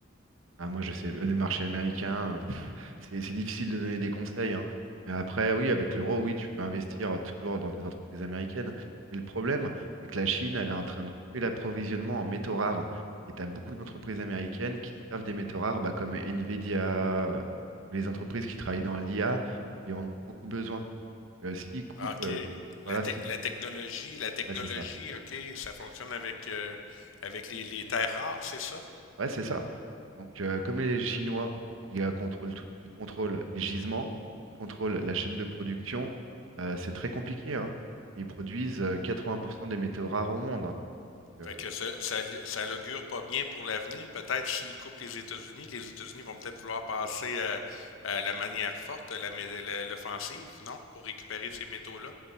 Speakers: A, on the right (about 75°); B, on the left (about 75°).
A: Ah, moi, je sais, le marché américain, euh, pff, c'est c'est difficile de donner des conseils. hein. Mais après, oui, avec l'euro, oui, tu peux investir euh, toujours dans des entreprises américaines. Mais le problème, c'est que la Chine, elle est en train de couper l'approvisionnement en métaux rares. Et tu as beaucoup d'entreprises américaines qui se servent des métaux rares, bah, comme Nvidia, euh, les entreprises qui travaillent dans l'IA, qui en ont beaucoup besoin. Donc, euh, s'ils coupent,
B: Ah, OK.
A: euh,
B: La,
A: voilà,
B: tec-
A: si...
B: la technologie, la technologie,
A: Ah, c'est ça.
B: OK, ça fonctionne avec euh, avec les, les terres rares, c'est ça?
A: Ouais, c'est ça. Donc, euh, comme les Chinois, ils euh, contrôlent tout, ils contrôlent les gisements, ils contrôlent la chaîne de production, euh, c'est très compliqué, hein. Ils produisent euh, 80% des métaux rares au monde, hein. Donc, euh,
B: Fait que ça, ça, ça l'augure pas bien pour l'avenir. Peut-être s'ils coupent les États-Unis, les États-Unis vont peut-être vouloir passer à, à la manière forte, à la, mé- la- l'offensive, non? Pour récupérer ces métaux-là.